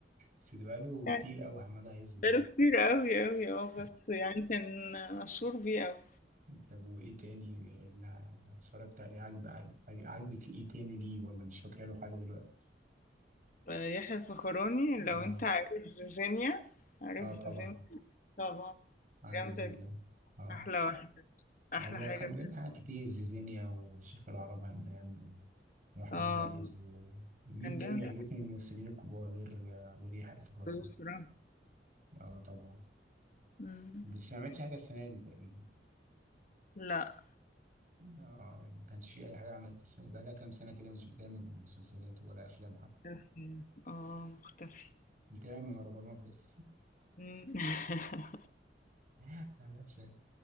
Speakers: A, on the right; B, on the left.
A: بس ده بقاله كتير
B: يعني
A: قوي حماده عز
B: بقاله
A: ده
B: كتير قوي قوي اه
A: <laughs>
B: بس يعني كان مشهور بيه قوي
A: طب وايه تاني اللي اتفرجت عليه عجب عجب- عجبك ايه تاني ليه ولا مش فاكره له حاجه دلوقتي
B: آه، يحيى الفخراني لو
A: اه
B: انت عارف زيزينيا عارف
A: اه
B: زيزينيا
A: طبعا
B: طبعا
A: عارف
B: جامدة
A: زيزان
B: دي
A: اه
B: أحلى واحدة أحلى
A: هو
B: حاجة
A: كان بيعمل حاجات كتير زيزينيا وشيخ العرب همام وأحمد
B: اه
A: عز و... مين
B: كان
A: تاني
B: بيعمل
A: بيعجبك من الممثلين الكبار غير غير يحيى الفخراني؟
B: حاجات بصراحة
A: اه طبعا
B: مم.
A: بس ما عملتش حاجة السنة دي تقريبا
B: لا
A: اه يعني ما كانش في أي حاجة عملت السنة دي بقالها كام سنة كده مش بتعمل مسلسلات ولا أفلام حتى
B: مختفي. اه مختفي
A: بتعمل مهرجانات بس
B: إمم. <laughs>
A: <laughs> معلش يعني.